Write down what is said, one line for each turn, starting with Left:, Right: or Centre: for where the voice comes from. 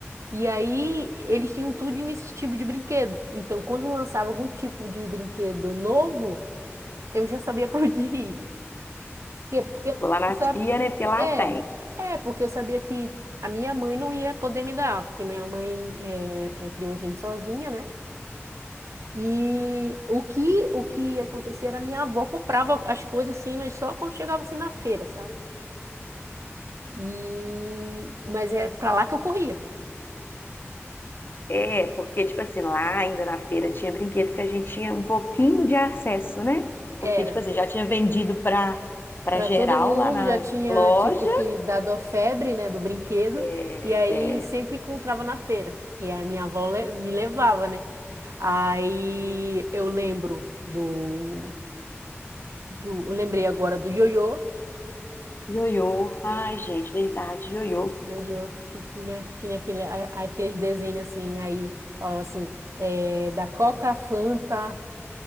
Right: E aí, eles tinham tudo nesse tipo de brinquedo. Então, quando lançava algum tipo de brinquedo novo, eu já sabia <laughs> pra onde ir. Que- Porque
Left: Vou lá na
Right: eu sabe,
Left: tia, né? Porque lá
Right: é,
Left: tem.
Right: é porque eu sabia que a minha mãe não ia poder me dar, porque minha mãe é, é, criou a gente sozinha, né? E o que o que ia acontecer era minha avó comprava as coisas assim, mas só quando chegava assim na feira, sabe? E mas é pra lá que eu corria.
Left: É, porque, tipo assim, lá ainda na feira tinha brinquedo que a gente tinha um pouquinho de acesso, né? Porque,
Right: Era.
Left: tipo assim, já tinha vendido pra, pra
Right: Para
Left: geral
Right: todo mundo
Left: lá nas
Right: já tinha
Left: lojas.
Right: tipo que dado a febre, né, do brinquedo,
Left: É,
Right: e aí
Left: é,
Right: sempre encontrava na feira. E aí minha avó le- me levava, né? Aí eu lembro do, do eu lembrei agora do ioiô.
Left: ioiô. Ai, gente, verdade, ioiô.
Right: Nossa, ioiô que tinha tinha aquele a- aquele desenho assim, aí falava assim, é, da Coca Fanta,